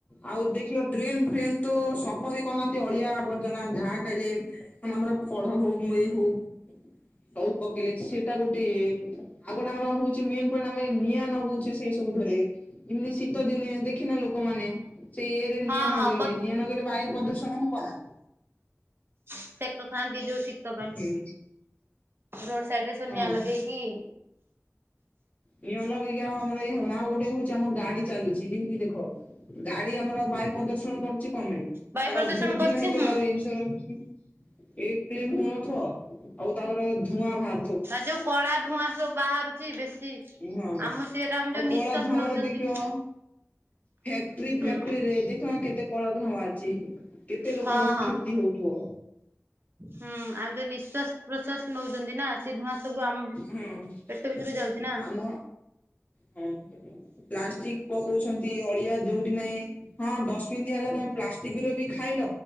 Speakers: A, on the left; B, on the right.
A: ଆଉ ଦେଖିବ ଡ୍ରେନ୍ ଫ୍ରେନ୍ ତ ସପ ବି କରୁନାହାନ୍ତି ଅଳିଆ ଆବର୍ଜନା ଯାହା ଖାଇଲେ ମାନେ ଆମର ଫଳ ହଉ ମେ ହଉ ସବୁ ପକେଇଲେ ସେଟା ଗୋଟେଏ ଆଉ ଗନେ ଆମର ହଉଛି ମେନ୍ ପଏଣ୍ଟ୍ ଆମେ ନିଆଁ ନଗଉଛେ ସେଇ ସବୁ ଧୁରେ। ଯିମିତି ଶୀତ ଦିନେ ଦେଖିନା ଲୋକମାନେ ସେଇ ଏରେ ନିଆଁ
B: ହଁ
A: ନଗେଇବେ।
B: ହଁ
A: ନିଆ ନଗେଇଲେ ବାୟୁ ପ୍ରଦୂଷଣ ହବାନା।
B: ସେଖ ଖାନ୍ତି ଯଉ ସି ତ ପାଇଁ
A: ହୁଁ
B: ରୋଡ୍ ସାଇଟ୍ ରେ ସ ନିଆ
A: ହଁ।
B: ଲଗେଇ କିି
A: ନିଁଅ ଲଗେଇକି ଆଉ ଆମର ଏଇ ହବ ଆଉ ଗୋଟେ ହଉଛି ଆମର ଗାଡି ଚାଲୁଛି ଯେମିତି ଦେଖ ଗାଡି ଆମର ବାୟୁ ପ୍ରଦୂଷଣ କରୁଛି କମେଇ
B: ବାୟୁ
A: ଏର
B: ପ୍ରଦୂଷଣ
A: ବହୁ
B: କରୁଛି
A: ଦିନ ହେଇ
B: ହୁଁ।
A: ଇନ୍ସୁରାନ୍ସ ଏ କ୍ଳେମ୍ ହୁ ନଥ ଆଉ ତାପରେ ଧୂଆଁ ବାହା
B: ତା ଯୋଉ କଳା ଧୂଆଁ ସବୁ ବାହାରୁଚି ବେଶୀ
A: ହଁ-ହଁ
B: ଆମ ସେଟା ଆମେ
A: ଆଉ
B: ଯୋଉ
A: କଳା
B: ନିଶ୍ଵାସ
A: ଧୁଆଁ ଆମର
B: ନଉଛନ୍ତି
A: ଦେଖିବ ଫ୍ୟାକ୍ଟ୍ରି ଫ୍ୟାକ୍ଟ୍ରିରେ
B: ହୁଁ
A: ଦେଖୁନ କେତେ କଳା ଧୂଆଁ ମାଚି କେତେ ଲୋକର
B: ହଁ ହଁ।
A: କ୍ଷତି ହଉଥିବ।
B: ହୁଁ ଆଉ ଯୋଉ ନିଶ୍ଵାସ୍ ପ୍ରଶ୍ଵାସ୍ ନଉଚନ୍ତି ନା ସେ ଧୂଆଁ ସବୁ ଆମ
A: ହୁଁ
B: ପେଟ ଭିତରୁ ଯାଉଛି ନା।
A: ଆମ ହଁ। ପ୍ଲାଷ୍ଟିକ୍ ପକଉଛନ୍ତି ଅଳିଆ ଯୋଉଠି ନାହିଁ ହଁ ଡସ୍ ବିନ୍ ଦିଆ ହେଲା ତମେ ପ୍ଲାଷ୍ଟିକ୍ ର ବି ଖାଇଲ।